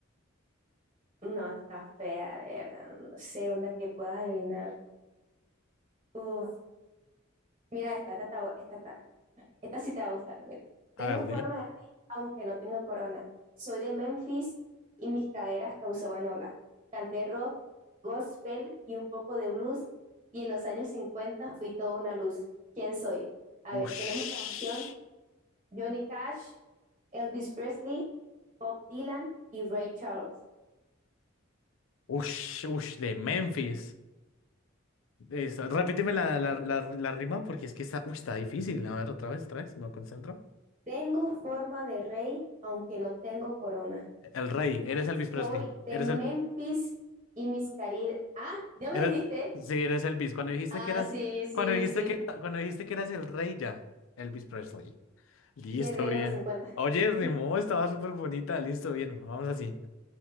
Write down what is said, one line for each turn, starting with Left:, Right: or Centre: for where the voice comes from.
Right: No, está fea. A ver, ah, no sé, una que puedas adivinar. Uf, mira, esta, esta, está bu- esta, está- esta sí te va a gustar. Mira. Tengo
Left: A ver,
Right: forma
Left: dime.
Right: de rey, aunque no tengo corona. Soy de Memphis y mis caderas causaban ola. Canté rock, gospel y un poco de blues. Y en los años 50 fui toda una luz. ¿Quién soy? A ver,
Left: Ush.
Right: tenemos como opción Johnny Cash. Elvis Presley, Bob Dylan y Ray Charles.
Left: Ush, ush, de Memphis. Eso, repíteme la, la, la, la rima porque es que está, uy, está difícil. A ver, otra vez, otra vez, me concentro.
Right: Tengo forma de rey, aunque no tengo corona.
Left: El rey, eres Elvis Presley.
Right: Soy de
Left: Eres
Right: Memphis
Left: el,
Right: y mis cari... Ah, ya me
Left: eres,
Right: dijiste.
Left: sí, eres Elvis. Cuando dijiste
Right: Ah,
Left: que eras,
Right: sí, sí,
Left: cuando dijiste
Right: sí.
Left: que, cuando dijiste que eras el rey ya, Elvis Presley. Listo,
Right: El rey
Left: bien.
Right: de los 50.
Left: Oye, rimó,
Right: <laughs>
Left: estaba súper bonita. Listo, bien, vamos así.